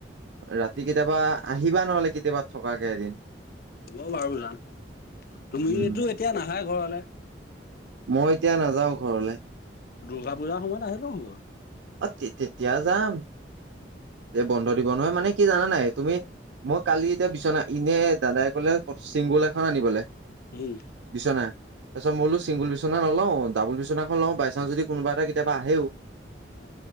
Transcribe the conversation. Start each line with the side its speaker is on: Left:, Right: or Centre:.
Right: ৰাতি কেতিয়াবা আহিবা নহলে কেতিয়াবা। থকাকে এদিন
Left: হ'ব বাৰু জান তুমিতো
Right: উম
Left: এতিয়া নাহাই ঘৰলে।
Right: মই এতিয়া নাযাওঁ ঘৰলৈ।
Left: দূৰ্গা পূজাৰ সময়ত আহিলে হল।
Right: অ তেতিয়া যাম। যে বন্ধ দিব নহয় মানে কি জানা নাই তুমি। মই কালি এতিয়া বিচনা এনে দাদাই কলে চিংগুল এখন আনিবলৈ।
Left: উম
Right: বিছনা, তাৰপিছত মই
Left: অ
Right: বোলো চিংগুল বি। বিচনা নলওঁ ডাবুল বিচনাখন লওঁ যদি কোনবা এটা কেতিয়াবা আহেও।
Left: অ